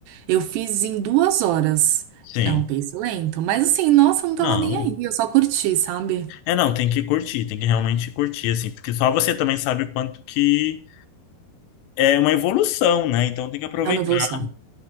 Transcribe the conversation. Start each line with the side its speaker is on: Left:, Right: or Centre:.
Right: Eu fiz em duas horas.
Left: sim.
Right: É um pace lento, mas assim, nossa, eu não tava
Left: Não.
Right: nem aí, eu só curti, sabe?
Left: É, não, tem que curtir, tem que realmente curtir, assim, porque só você também sabe o quanto que é uma evolução, né? Então tem que aproveitar.
Right: É uma evolução.